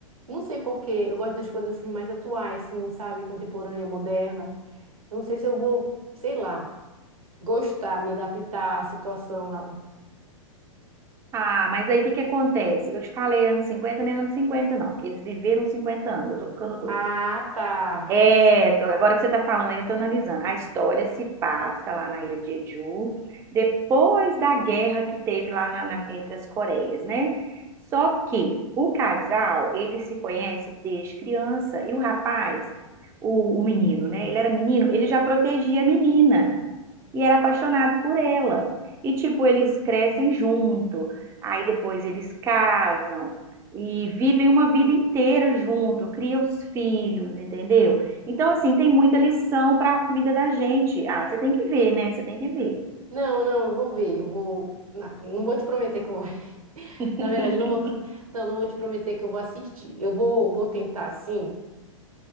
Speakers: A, on the right; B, on the right.
A: Não sei por quê, eu gosto das coisas assim mais atuais, assim, sabe, contemporânea, moderna. Eu não sei se eu vou, sei lá, gostar, me adaptar à situação lá.
B: Ah, mas aí o que que acontece? Eu te falei anos 50 nem anos 50 não. Eles viveram 50 anos, eu tô ficando doida.
A: Ah, tá.
B: É, tô- agora que você tá falando aí, eu tô analisando. A história se passa lá na ilha de Jeju, depois da guerra que teve lá na- na- entre as Coreias, né? Só que o casal, ele se conhece desde criança, e o rapaz, o, o menino, né? Ele era menino, ele já protegia a menina e era apaixonado por ela. E tipo, eles crescem junto, aí depois eles casam e vivem uma vida inteira junto, criam os filhos, entendeu? Então, assim, tem muita lição para a vida da gente. Ah, você tem que ver, né? Você tem que ver.
A: Não, não, eu vou ver. Eu vou. Não, não vou te prometer que eu vou ver. <laughs>
B: <laughs>
A: Na verdade, eu não vou. <laughs> Não, não vou te prometer que eu vou assistir. Eu vou, vou tentar, assim,